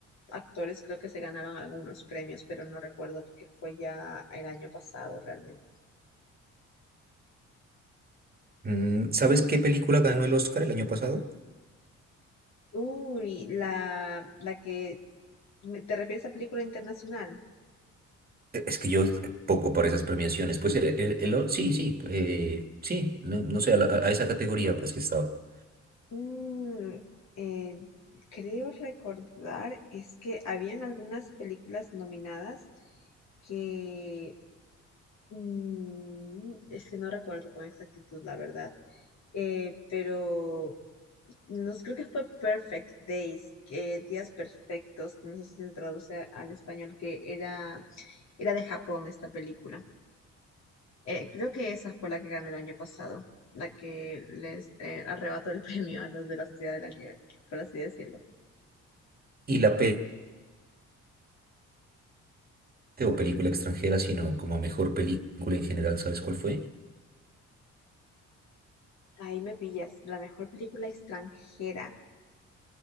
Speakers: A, on the left; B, on the right.
A: actores creo que se ganaron algunos premios, pero no recuerdo porque fue ya el año pasado realmente.
B: Mm, ¿Sabes qué película ganó el Oscar el año pasado?
A: Uy, la, la que... ¿Te refieres a película internacional?
B: E- Es que yo poco para esas premiaciones, pues el, el- el o- sí, sí, eh, sí, no, no sé, a, la- a esa categoría pues que estaba.
A: Mm, eh, creo recordar es que habían algunas películas nominadas que mm, es que no recuerdo con exactitud, la verdad. Eh, pero no sé, creo que fue Perfect Days, que días perfectos, no sé si se traduce al español, que era, era de Japón esta película. Eh, creo que esa fue la que ganó el año pasado, la que les eh, arrebató el <laughs> premio a los de la Sociedad de la Nieve, por así decirlo.
B: Y la pe- o película extranjera, sino como mejor película en general, ¿sabes cuál fue?
A: Ahí me pillas. La mejor película extranjera.